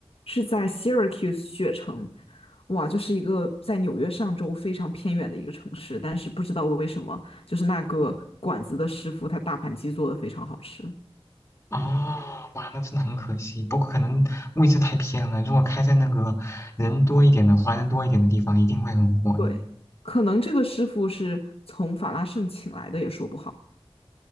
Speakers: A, on the left; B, on the left.
A: 是在 Syracuse 雪城，哇，就是一个在纽约上州非常偏远的一个城市，但是不知道为什么，就是那个馆子的师傅他大盘鸡做的非常好吃。
B: 啊，哇，那真的很可惜。不过可能位置太偏了，如果开在那个人多一点的、华人多一点的地方，一定会很火的。
A: 对，可能这个师傅是从法拉盛请来的，也说不好。